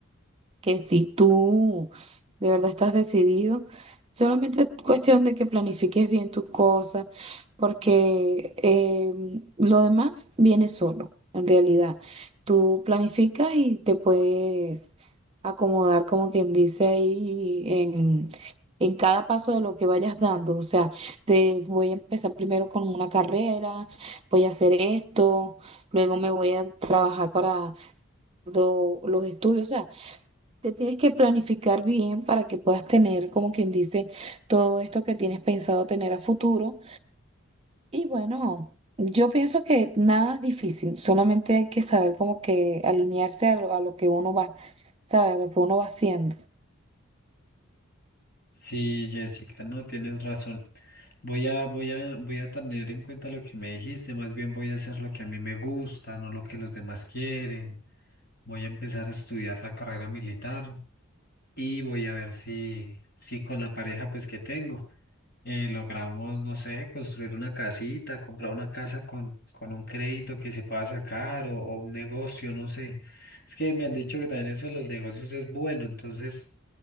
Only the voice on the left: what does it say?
Sí, Jessica, no, tienes razón. Voy a, voy a, voy a tener en cuenta lo que me dijiste, más bien voy a hacer lo que a mí me gusta, no lo que los demás quieren. Voy a empezar a estudiar la carrera militar y voy a ver si, si con la pareja pues que tengo eh, logramos, no sé, construir una casita, comprar una casa con, con un crédito que se pueda sacar o, o un negocio, no sé. Es que me han dicho que también eso de los negocios es bueno, entonces